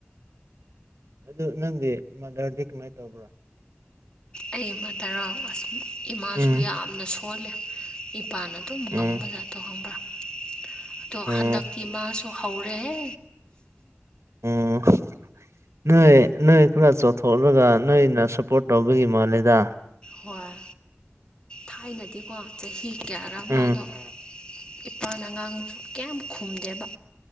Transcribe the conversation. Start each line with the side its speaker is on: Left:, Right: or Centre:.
Right: ꯑꯗꯨ ꯅꯪꯒꯤ ꯃꯥꯗꯔꯗꯤ ꯀꯃꯥꯏ ꯇꯧꯕ꯭ꯔꯥ
Left: ꯑꯩ ꯃꯗꯔꯣ ꯑꯁ ꯏꯃꯥꯁꯨ
Right: ꯎꯝ
Left: ꯌꯥꯝꯅ ꯁꯣꯜꯂꯦ ꯏꯄꯥꯅ ꯑꯗꯨꯝ ꯉꯝꯕꯖꯥꯗꯣ
Right: ꯎꯝ
Left: ꯈꯪꯕ꯭ꯔꯥ ꯑꯗꯣ
Right: ꯎꯝ
Left: ꯍꯟꯗꯛꯇꯤ ꯃꯥꯁ ꯍꯧꯔꯦ ꯍꯦ
Right: ꯎꯝ ꯅꯣꯏ ꯅꯣꯏ ꯈꯅ ꯆꯣ ꯊꯣꯛꯂꯒ ꯅꯣꯏꯅ ꯁꯞꯄꯣꯔꯠ ꯇꯧꯕꯒꯤ ꯃꯥꯂꯦꯗ
Left: ꯍꯣꯏ ꯊꯥꯏꯅꯗꯤꯀꯣ ꯆꯍꯤ ꯀꯌꯥꯔꯥ
Right: ꯎꯝ
Left: ꯃꯥꯗꯣ ꯏꯄꯥꯅ ꯑꯉꯥꯡꯁꯨ ꯀꯌꯥꯝ ꯈꯨꯝꯗꯦꯕ